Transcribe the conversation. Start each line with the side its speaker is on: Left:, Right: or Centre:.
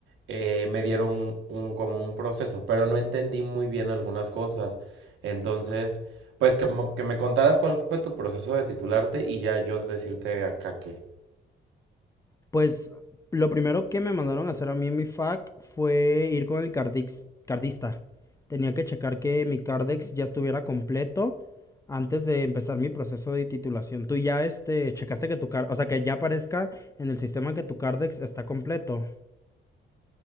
Right: eh, me dieron un, como un proceso, pero no entendí muy bien algunas cosas. Entonces, pues que, mo- que me contaras cuál fue tu proceso de titularte y ya yo decirte acá que,
Left: Pues lo primero que me mandaron a hacer a mí en mi fac fue ir con el cardix- cardista. Tenía que checar que mi cardex ya estuviera completo antes de empezar mi proceso de titulación. Tú ya este checaste que tu car, o sea, que ya aparezca en el sistema que tu cardex está completo.